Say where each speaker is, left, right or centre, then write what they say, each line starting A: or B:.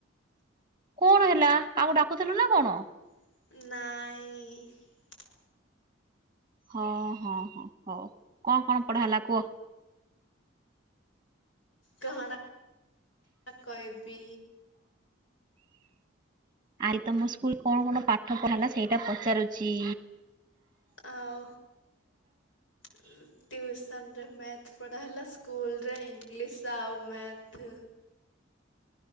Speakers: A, on the right (about 20°); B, on the left (about 70°).
A: କଣ ହେଲା କାହାକୁ ଡାକୁଥିଲୁ ନା କଣ?
B: ନାଇଁ।
A: ହଁ ହଁ ହଁ ହଉ କଣ କଣ ପଢା ହେଲା କୁହ?
B: କାହଣ କଇବି।
A: ଆଇ ତମ ସ୍କୁଲ କଣ କଣ ପାଠ ପଢା ହେଲା ସେଇଟା ପଚାରୁଚି?
B: ଆଉ ଟ୍ୟୁସନ ରେ ମ୍ୟାଥ ପଢ଼ା ହେଲା ସ୍କୁଲ ରେ ଇଂଲିଶ ଆଉ। ମାଥ୍।